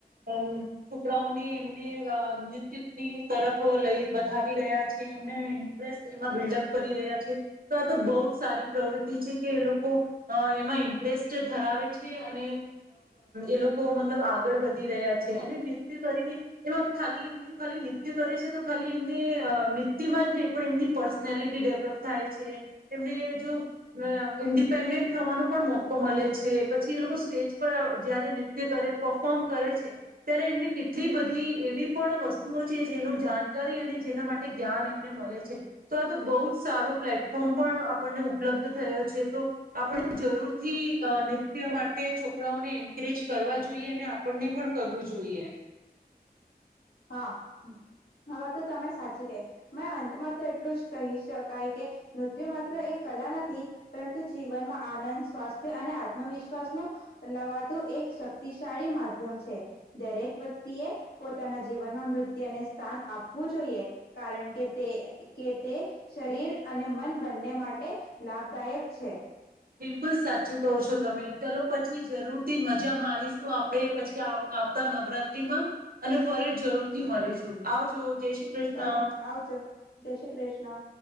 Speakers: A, on the right; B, on the left.
A: અમ છોકરાઓને, એમને નૃત્યની તરફ લઈ વધાવી રહ્યા છે. એમને ઇન્ટરેસ્ટ એમાં બિલ્ડઅપ કરી રહ્યા છે. તો આ તો બહુ જ સારી પ્રવૃત્તિ છે કે એ લોકો અ એમાં ઇન્ટરેસ્ટ ધરાવે છે ને એ લોકો મતલબ આગ આગળ વધી રહ્યા છે અને નૃત્ય કરીને એમાં ખાલી એમની, ખાલી નૃત્ય કરે છે. તો ખાલી એમને નિત્યમાં જ નહી પણ એમની પર્સનાલિટી ડેવલપ થાય છે એમને જો અ ઇન્દીપ ડિપેન્ડન્ટ થવાનો પણ મોકો મળે છે. પછી એ લોકો સ્ટેજ પર જ્યારે નૃત્ય કરે, પો ફોર્મ કરે છે. ત્યારે એમને કેટલી બધી એવી પણ વસ્તુઓ છે, જેનું જાણકારી અને જેના માટે જ્ઞાન એમને મળે છે. તો આ તો બહુ જ સારો પ્લેટફોર્મ પણ આપણને ઉપલબ્ધ થયો છે. તો આપણે જરૂરથી અ નૃત્ય માટે છોકરાઓને એન્કરેજ કરવા જોઈએ અને આપ આપણને પણ કરવું જોઈએ.
B: હા, હવે તો તમે સાચી કહી મેં અંતમાં તો એટલું જ કહી શકાય કે નૃત્ય માત્ર એક કલા નથી પરંતુ જીવનમાં આનંદ, સ્વાસ્થ્ય અને આત્મવિશ્વાસ નો લવાતું એક શક્તિશાળી માધ્યમ છે. દરેક વ્યક્તિ એ પોતાના જીવનમાં નૃત્ય ને સ્થાન આપવું જોઈએ. કારણ કે તે, કે તે, શરીર અને મન બંને માટે લાભદાયક છે.
A: બિલકુલ સાચું કહો છો તમે, ચલો પછી જરૂરથી મજા માણીશું આપણેે પછી આ આવતા નવરાત્રીમાં અને ફરી જરૂ મળીશું, આવજો, જય શ્રી કૃષ્ણ.
B: અ આવજો જય શ્રી કૃષ્ણ